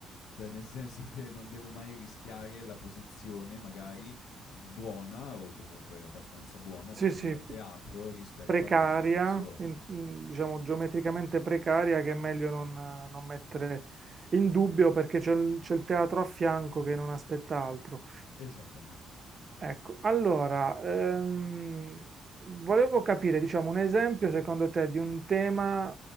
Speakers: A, on the left (about 85°); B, on the right (about 40°).
A: cioè nel senso che non devo mai rischiare la posizione magari buona o comunque abbastanza buona
B: Sì,
A: del
B: sì,
A: mio teatro rispetto
B: precaria,
A: alle istituzioni.
B: in- mm, diciamo geometricamente precaria, che è meglio non, eh, non mettere in dubbio perché c'è il, c'è il teatro a fianco che non aspetta altro.
A: Esattamente.
B: Ecco, allora, ehm, volevo capire, diciamo, un esempio secondo te di un tema,